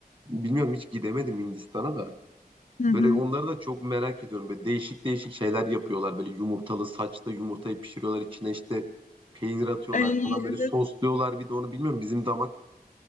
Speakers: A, on the right; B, on the left.
A: bilmiyorum hiç gidemedim Hindistan'a da.
B: Hı
A: Böyle
B: hı.
A: onları da çok merak ediyorum. Böyle değişik değişik şeyler yapıyorlar. Böyle yumurtalı saçta yumurtayı pişiriyorlar. İçine işte peynir atıyorlar
B: Ay,
A: falan. Böyle
B: evet.
A: sosluyorlar bir de onu bilmiyorum. Bizim damak